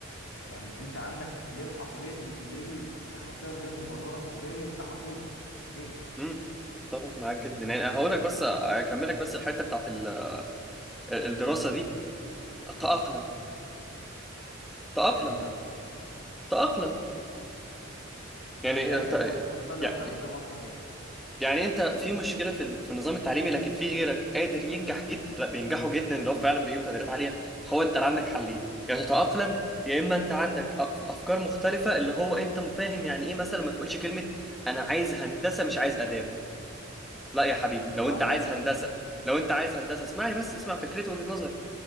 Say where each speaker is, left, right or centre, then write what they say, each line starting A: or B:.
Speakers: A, on the left; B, in the centre.
A: يعني انت عندك ليه الحق ليه ليه الاستحقاقيه الغير مبرره وليه انت حقودي ليه
B: امم اتفق معاك جدا يعني هقول لك بس اكمل لك بس الحتة بتاعت ال- الدراسة دي
A: امم
B: تأقلم تأقلم
A: يعني إيه طب
B: تأقلم يعني
A: مش فاهم
B: ت-
A: يعني حاول تفصل لي
B: يعني
A: اكتر أنا مش فاهم قصدك يعني
B: يعني انت في مشكله في ال- في النظام التعليمي لكن في غيرك قادر ينجح جدا لا بينجحوا جدا لو فعلا بيجيبوا تقديرات عاليه هو انت عندك حلين يا تتاقلم يا اما انت عندك أ- افكار مختلفه اللي هو انت فاهم يعني ايه مثلا ما تقولش كلمه انا عايز هندسه مش عايز اداب لا يا حبيبي لو
A: اه
B: انت عايز
A: ماشي
B: هندسه لو انت عايز هندسه اسمعني بس اسمع فكرتي وجهه نظري